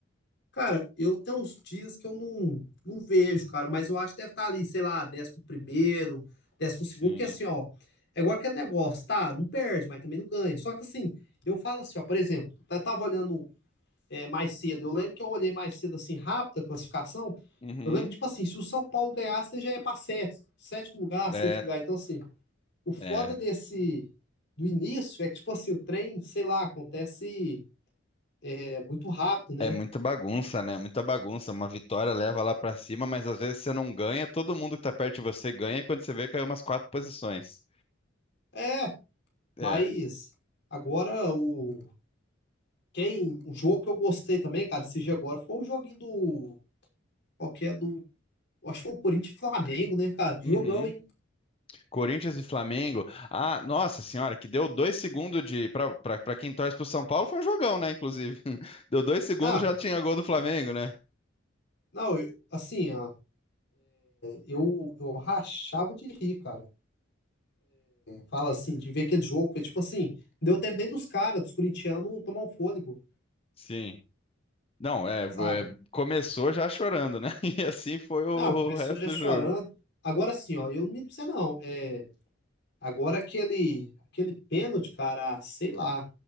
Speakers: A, on the left (about 60°); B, on the left (about 30°).
A: Cara, eu tenho uns dias que eu não, não vejo, cara, mas eu acho que deve estar ali, sei lá, décimo primeiro, décimo
B: Sim.
A: segundo, porque assim, ó, é igual aquele negócio, tá? Não perde, mas também não ganha. Só que assim, eu falo assim, ó, por exemplo, eu tava olhando é, mais cedo. Eu lembro que eu olhei mais cedo, assim, rápido a classificação.
B: Uhum.
A: Eu lembro, tipo assim, se o São Paulo ganhasse, ele já ia para sexto, sétimo lugar,
B: É,
A: sexto lugar. Então, assim, o foda
B: é.
A: desse do início é que, tipo assim, o trem, sei lá, acontece é, muito rápido, né?
B: É muita bagunça, né? Muita bagunça. Uma vitória leva lá pra cima, mas às vezes você não ganha, todo mundo que tá perto de você ganha, e quando você vê, caiu umas quatro posições.
A: É,
B: É.
A: mas agora o. Quem, um jogo que eu gostei também, cara, esse dia agora, foi o joguinho do. Qual que é do. Acho que foi o Corinthians e Flamengo, né, cara? Jogão,
B: Uhum.
A: hein?
B: Corinthians e Flamengo. Ah, nossa senhora, que deu dois segundos de. Para quem torce pro São Paulo, foi um jogão, né? Inclusive. <laughs> Deu dois segundos,
A: Ah,
B: já tinha gol do Flamengo, né?
A: não, eu, assim, ó, eu, eu rachava de rir, cara. Fala assim, de ver aquele jogo, porque, tipo assim, não deu tempo nem dos caras, dos corintianos, tomar um fôlego,
B: Sim. Não, é, é,
A: sabe?
B: começou já chorando, né? <laughs> E assim foi o,
A: Não, começou
B: o resto
A: já
B: do
A: chorando.
B: jogo.
A: Agora sim, ó, eu não minto pra você não. É, agora aquele, aquele pênalti, cara, ah, sei lá.